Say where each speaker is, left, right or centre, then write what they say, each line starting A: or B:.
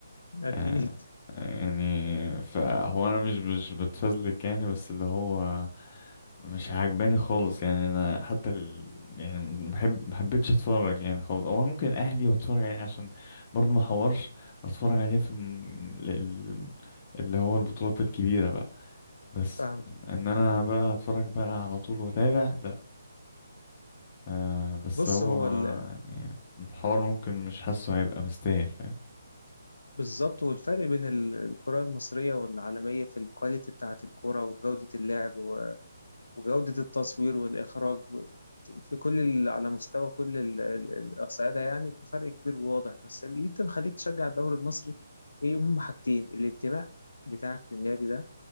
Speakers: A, on the left (about 85°); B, on the left (about 35°).
A: أكيد
B: آه يعني فهو انا مش مش بتفزلك يعني بس اللي هو مش عاجباني خالص يعني انا حتى ال يعني محب محبتش اتفرج يعني خالص او أنا ممكن اهلي بتفرج عليه عشان برضه ما حورش بتفرج عليه في الم- ال- ال- اللي هو البطولات الكبيره بقى بس
A: <laughs> فاهم
B: ان إن انا بقى اتفرج بقى على طول واتابع لا آه بس
A: بص
B: هو
A: هو ال-
B: يعني الحوار ممكن مش حاسه هيبقى مستاهل فاهم
A: بالظبط والفرق بين ال- الكرة المصرية والعالمية في الكواليتي بتاعة الكرة وجودة اللعب وجودة التصوير والإخراج و- في كل ال... على مستوى كل ال- ال- الأصعدة يعني في فرق كبير وواضح بس اللي أنت مخليك تشجع الدوري المصري إيه هم حاجتين الانتماء بتاعك للنادي ده